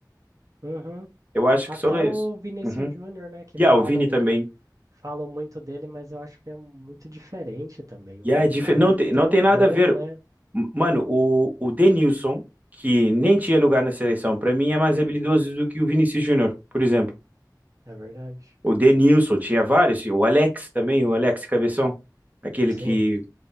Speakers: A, on the right (about 50°); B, on the right (about 20°).
A: Uhum.
B: Eu acho
A: Até
B: que só isso.
A: o Vinícius
B: Uhum.
A: Júnior, né, que
B: E
A: falam,
B: ah, o Vini também.
A: falam muito dele, mas eu acho que é muito diferente também. O
B: E
A: Neymar,
B: ah, é dife- não
A: ele
B: tem,
A: tem
B: não tem
A: o dom,
B: nada a ver.
A: né?
B: M- Mano, o, o Denilson, que nem tinha lugar na seleção, pra mim é mais habilidoso do que o Vinícius Júnior, por exemplo.
A: É verdade.
B: O Denilson tinha vários, o Alex também, o Alex Cabeção, aquele
A: Sim,
B: que